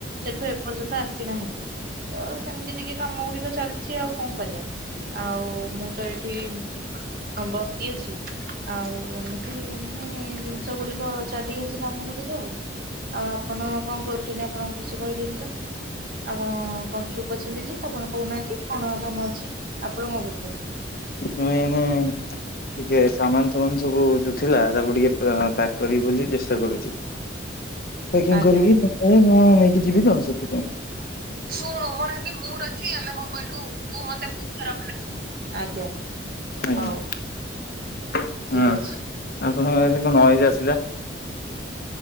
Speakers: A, on the right (about 50°); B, on the left (about 50°).
A: ସେଠୁ ଏପର୍ଯ୍ୟନ୍ତ ଆସିନାହାନ୍ତି ତ ସେମିତି ଟିକେ କାମ ଗୁଡିକ ଚାଲିଛି ଆଉ କଣ କରିବା। ଆଉ ମୁଁ ତ ଏଇଠି ହଁ ବସି ଅଛି ଆଉ ଏମିତି ହଁ ଜିନିଷ ଗୁଡିକ ଚାଲି ଅଛି କାମ ଗୁଡିକ ଆଉ। ଆଉ ଆପଣ କଣ କରୁଛନ୍ତି ଆପଣ କିଛି କହିଲେନି ତ? ଆପଣ କଣ ଚୁପ ଅଛନ୍ତି ଯେ ଆପଣ କହୁନାହାନ୍ତି କଣ କାମ ଅଛି ଆପଣ କଣ କରୁଛନ୍ତି?
B: ମୁଁ ଏଇନେ ଟିକେ ସାମାନ ସମାନ ସବୁ ଯଉ ଥିଲା ତାକୁ ଟିକେ ପା-ପ୍ୟାକ୍ କରିବି ବୋଲି ଚେଷ୍ଟା କରୁଛି। ପ୍ୟାକିଂ
A: ଆଜ୍ଞା।
B: କରିକି ମତେ ମୁଁ ନେଇକି ଯିବି ତ ସେଥିପାଇଁ।
A: <unintelligible> ଆଜ୍ଞା।
B: ଆଜ୍ଞା
A: ହଉ ଠିକ
B: ହଁ
A: ଅଛି
B: ଆପଣଙ୍କ ନଏଜ ଆସିଲା।